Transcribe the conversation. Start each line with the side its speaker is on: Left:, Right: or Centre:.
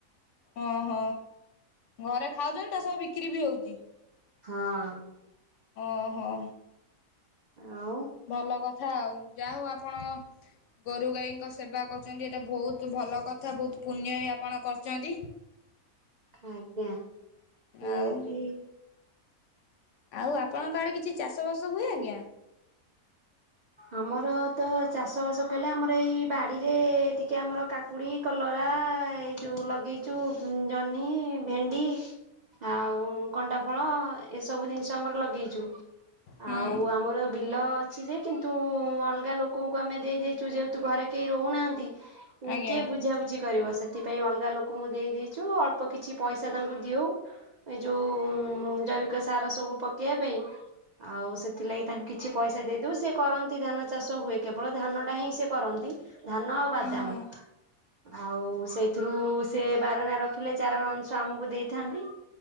Left: ଓହୋ। ଘରେ ଖାଉଛନ୍ତି ତା ସହ ବିକ୍ରି ବି ହଉଛି।
Right: ହଁ।
Left: ଓଁହୋ।
Right: ଆଉ।
Left: ଭଲ କଥା ଆଉ ଯାହା ହଉ ଆପଣ ଗୋରୁ ଗାଈଙ୍କ ସେବା କରୁଛନ୍ତି ଏଇଟା ବହୁତ ଭଲ କଥା ବହୁତ ପୁଣ୍ୟ ହି ଆପଣ କରୁଛନ୍ତି।
Right: ଆଜ୍ଞା। ନିହାତି।
Left: ଆଉ ଆଉ ଆପଣଙ୍କ ଆଡେ କିଛି ଚାଷବାସ ହୁଏ ଆଜ୍ଞା?
Right: ଆମର ତ ଚାଷବାସ କହିଲେ ଆମର ଏଇ ବାଡ଼ିରେ ଟିକେ ଆମର କା କାକୁଡି କଲରା ଏଇ ଯୋଉ ଲଗେଇଛୁ ଜହ୍ନି ଭେଣ୍ଡି। ଆଉ କଣ୍ଟା ଫଳ ଏସବୁ ଜିନିଷ ଆମର ଲଗେଇଛୁ
Left: ହୁଁ
Right: ଆଉ ଆମର ବିଲ ଅଛି ଯେ କିନ୍ତୁ ଅଲଗା ଲୋକଙ୍କୁ ଆମେ ଦେଇ ଦେଇଛୁ ଯେହେତୁ ଘରେ କେହି ରହୁନାହାନ୍ତି ଉଁ
Left: ଆଜ୍ଞା
Right: କିଏ ବୁଝାବୁଝି କରିବ ସେଟା ସେଥିପାଇଁ ଅଲଗା ଲୋକଙ୍କୁ ଦେଇ ଦେଇଛୁ ଅଳ୍ପ କିଛି ପଇସା ତାଙ୍କୁ ଦିଉ। ଏଇ ଯୋଉ ଜୈବିକ ସାର ସବୁ ପକେଇବା ପାଇଁ ଆଉ ସେଥିଲାଗି ତାଙ୍କୁ କିଛି ପଇସା ଦେଇ ଦଉ ସେ କରନ୍ତି ଧାନ ଚାଷ ହୁଏ, କେବଳ ଧାନ ଟା ହିଁ ସେ କରନ୍ତି। ଧାନ ଆଉ ବାଦାମ
Left: ଓହୋ
Right: ଆଉ ସେଇଥିରୁ ସେ ବାରଣା ରଖିଲେ ଚାରଣ ଅଂଶ ଆମକୁ ଦେଇଥାନ୍ତି।